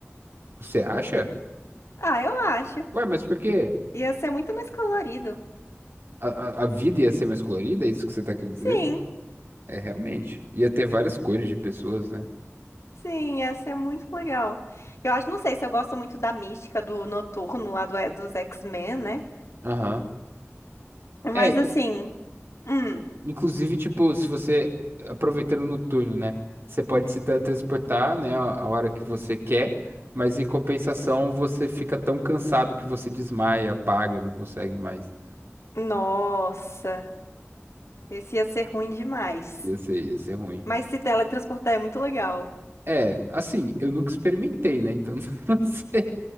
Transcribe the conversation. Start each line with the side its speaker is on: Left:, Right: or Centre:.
Right: Você acha?
Left: Ah, eu acho.
Right: Ué, mas por quê?
Left: Ia ser muito mais colorido.
Right: A, a, a vida ia ser mais colorida? É isso que você tá querendo dizer?
Left: Sim,
Right: É, realmente. Ia ter várias cores de pessoas, né?
Left: sim, ia ser muito legal. Eu acho, não sei se eu gosto muito da mística do Noturno lá do, dos X-Men, né?
Right: Aham.
Left: Mas
Right: É,
Left: assim,
Right: i-
Left: hum,
Right: inclusive, tipo, se você, aproveitando no turno, né? Você pode se teletransportar, né, a a hora que você quer, mas em compensação você fica tão cansado que você desmaia, apaga, não consegue mais.
Left: nossa, esse ia ser ruim demais.
Right: Ia ser, ia ser ruim.
Left: Mas se teletransportar é muito legal.
Right: É, assim, eu nunca experimentei, né? Então, <laughs> não sei.